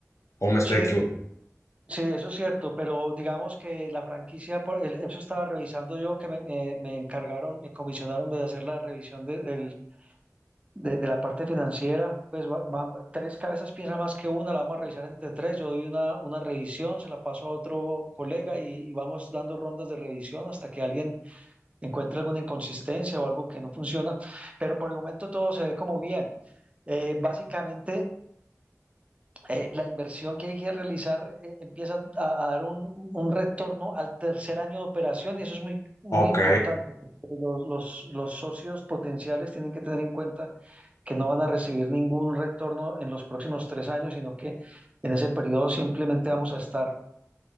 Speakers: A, on the left (about 65°); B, on the right (about 25°).
A: ¿O me estoy
B: Sí,
A: equivocando?
B: sí, eso es cierto, pero digamos que la franquicia, por, el- eso estaba revisando yo, que me, me- me encargaron, me comisionaron de hacer la revisión de, del- de- de la parte financiera, pues va- va- tres cabezas piensan más que una, la vamos a revisar entre tres, yo doy una, una revisión, se la paso a otro colega y y vamos dando rondas de revisión hasta que alguien encuentra alguna inconsistencia o algo que no funciona, pero por el momento todo se ve como bien. Eh, básicamente, eh, la inversión que hay que realizar eh, empieza a, a dar un, un retorno al tercer año de operación y eso es muy, muy
A: Ok,
B: importante. porque Los, los, los socios potenciales tienen que tener en cuenta que no van a recibir ningún retorno en los próximos tres años, sino que en ese periodo simplemente vamos a estar